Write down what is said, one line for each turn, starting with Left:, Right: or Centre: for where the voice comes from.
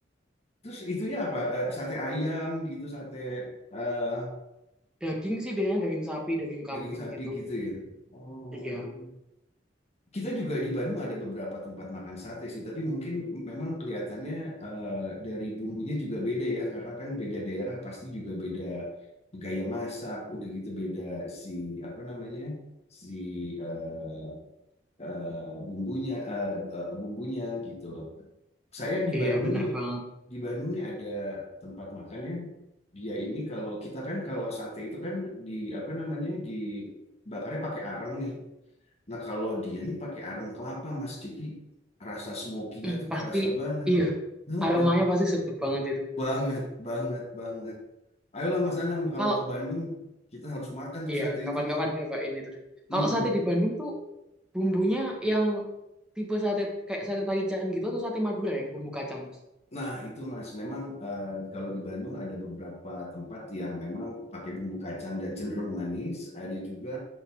Left: Terus itunya apa? Eh, sate ayam gitu, sate eh,
Centre: Daging sih biasanya daging sapi, daging kambing
Left: daging sapi
Centre: gitu.
Left: gitu ya. Oh.
Centre: Iya,
Left: Kita juga di Bandung ada beberapa tempat makan sate sih, tapi mungkin memang kelihatannya eh, dari bumbunya juga beda ya, karena kan beda daerah pasti juga beda gaya masak, udah gitu beda si apa namanya? si eh, eh, bumbunya eh, eh, bumbunya gitu. saya di
Centre: iya
Left: Bandung
Centre: bener
Left: nih
Centre: banget.
Left: di Bandung nih ada tempat makan ya dia ini kalau kita kan kalau sate itu kan di apa namanya dibakarnya pakai arang nih nah kalau dia nih pakai arang kelapa mas jadi rasa smokinya
Centre: <clears throat>
Left: tuh
Centre: Pasti
Left: kerasa banget
Centre: iya,
Left: Heeh,
Centre: aromanya pasti sedap banget itu.
Left: banget banget banget ayolah Mas Anam kalau
Centre: Kalau
Left: ke Bandung kita harus makan tuh
Centre: iya,
Left: sate
Centre: kapan-kapan
Left: itu tuh
Centre: nyobain itu deh. Kalau
Left: Mm-mm.
Centre: sate di Bandung tuh bumbunya yang tipe sate kayak sate Taichan gitu atau sate Madura yang bumbu kacang. Mas?
Left: Nah, itu Mas, memang eh, kalau di Bandung ada beberapa tempat yang memang pakai bumbu kacang dan cenderung manis. Ada juga